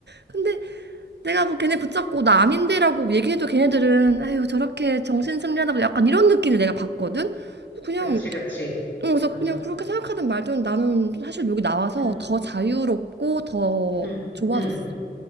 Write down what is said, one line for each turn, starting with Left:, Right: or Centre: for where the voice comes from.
Right: 근데 내가 뭐 걔네 붙잡고 나 아닌데라고 얘기해도 걔네들은 아유 저렇게 정신 승리하다고 약간 이런 느낌을 내가 받거든. 그냥
Left: 그치, 그치.
Right: 어, 그래서
Left: 맞아.
Right: 그냥 그렇게 생각하든 말든 나는 사실 여기 나와서
Left: 응,
Right: 더 자유롭고 더
Left: 응,
Right: 좋아졌어.
Left: 응.